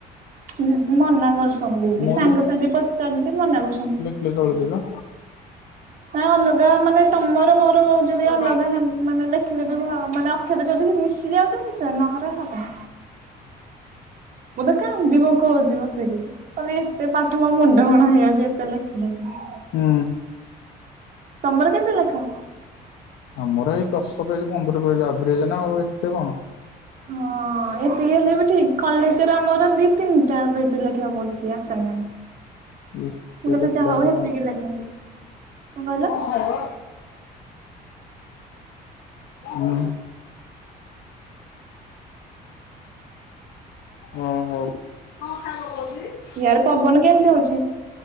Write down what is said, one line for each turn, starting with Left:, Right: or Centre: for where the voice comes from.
Right: ନ ତ ମନା କରୁସନ୍ତି ଦି ବିି
Left: ମୁଁ
Right: ସାଙ୍ଗସାଥି ପଚାରି ମନା କରୁସନ୍ତି
Left: ପଲେ ଚଳୁଚି ତ
Right: ନା ଅଲଗା ମାନେ ତମର ମୋର ଯଦି
Left: ହୁଁ
Right: ଅଲଗା ହା ମାନେ ଦେଖିଲେ ବି ମାନେ ଅକ୍ଷର ଯଦି ମିଶ <unintelligible> ମିସିବ ନହରେ ହବନି ମୁଁ ତ କାନ୍ଦି ପକଉଚି ବସିକି କହଲି ଏତେ ପାଠ ମୋ ମୁଣ୍ଡ କଣ ହେଇଯାଉଚି ଏତେ ଲେଖି ଲେଖି
Left: ହୁଁ
Right: ତମର କେତେ ଲେଖ?
Left: ଆମର ଏଇ ଦଶ ପେଜ ପନ୍ଦର ପେଜ ଆଭରେଜ ନା ଆଉ ଏତେ କଣ
Right: ହଁ ଏତିକି ହେଲେ ବି ଠିକ୍ କଲେଜରେ ଆମର ଦି ତିନିଟା ପେଜ ଲେଖିବାକୁ ପଡ଼ୁଚି ଆସାଇନମେଣ୍ଟ
Left: ଇସ୍ ତେଲ
Right: ମୁଁ କହିଲି
Left: ଖିଲା
Right: ଯାହା
Left: ଆସିକି
Right: ହଉ ହେତିକି ଲେଖନ୍ତି, କଣ କହିଲ
Left: ହାଲୋ ହୁଁ ହଁ ହଉ, କଣ ଖାଇବ କହୁଚି?
Right: ୟାର ପବନ କେମିତି ହଉଚି?